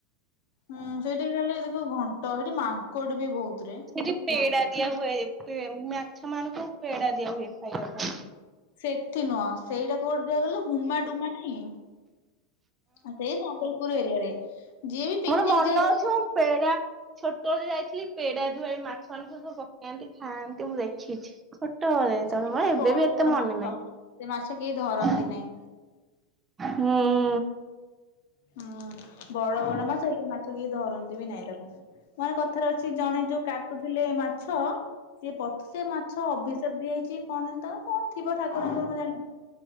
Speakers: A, on the left (about 70°); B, on the right (about 20°).
A: ହୁଁ ସେଇଠି ଖାଲି ସେ ଯୋଉ ଘଣ୍ଟ ସେଇଠି ମାଙ୍କଡ ବି ବୋହୁତରେ।
B: ସେଠି ପେଡା ଦିଆ ହୁଏ ପେ ମାଛମାନୁଙ୍କୁ ପେଡା ଦିଆ ହୁଏ ଖାଇଆ ପାଇଁ।
A: ସେଠି ନୁଅଁ ସେଇଟା କୋଉଠି ଦିଆ ହୁଏ କହିଲୁ ହୁମାଡୁମା ନାଇଁ ଆ ସେଇ ସମ୍ବଲପୁର ଏରିଆରେ। ଯିଏ ବି ପିକନିକ
B: ମୋର ମନ
A: ଯାଏ
B: ଅଛି ମଁ ପେଡା ଛୋଟବେଳେ ଯାଇଥିଲି ପେଡା ଧୁଏ ମାଛମାନୁଙ୍କୁ ସବୁ ସବୁ ପକାନ୍ତି ଖାଆନ୍ତି ମୁଁ ଦେଖିଛି। ଛୋଟବେଳେ ଯେତବେଳେ
A: ସେଠି
B: ମୋର ଏବେ
A: ବଡ
B: ବି ଏତେ
A: ବଡ
B: ମନେ
A: ମାଛ
B: ନାଇଁ।
A: ସେ ମାଛ କେହି ଧରନ୍ତି ନାହିଁ।
B: ହୁଁ।
A: ହୁଁ ବଡ ବଡ ମାଛ ହେଇଟୁ ମାଛ କେହି ଧରନ୍ତି ବି ନାହିଁ ତାକୁ। ମାନେ କଥାରେ ଅଛି ଜଣେ ଯୋଉ କାଟୁଥିଲେ ମାଛ ସିଏ ପଥ୍ ସେ ମାଛ ଅଭିଶାପ ଦିଆ ହେଇଚି କି କଣ ତ କଣ ଥିବ ଠାକୁରଙ୍କର ମୁଁ ଜାଣିନି